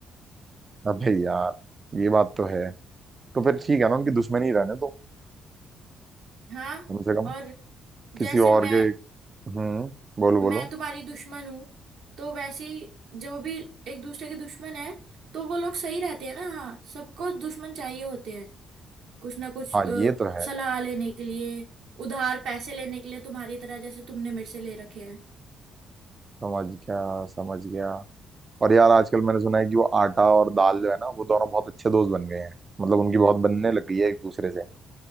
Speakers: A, on the right; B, on the right.
A: अबे यार ये बात तो है तो फिर ठीक है ना उनकी दुश्मनी रहने दो
B: हाँ
A: कम से कम
B: और
A: किसी
B: जैसे
A: और
B: मैं
A: के हम्म बोलो बोलो
B: मैं तुम्हारी दुश्मन हूँ तो वैसे ही जो भी एक दूसरे के दुश्मन है तो वो लोग सही रहते हैं ना हाँ सबको दुश्मन चाहिए होते हैं कुछ ना कुछ
A: हाँ
B: अ,
A: ये तो है
B: सलाह लेने के लिए उधार पैसे लेने के लिए तुम्हारी तरह जैसे तुमने मेरे से ले रखे हैं
A: समझ गया समझ गया और यार आजकल मैंने सुना है कि वो आटा और दाल जो है ना वो दोनों बहुत अच्छे दोस्त बन गए हैं मतलब उनकी बहुत बनने लग गई है एक दूसरे से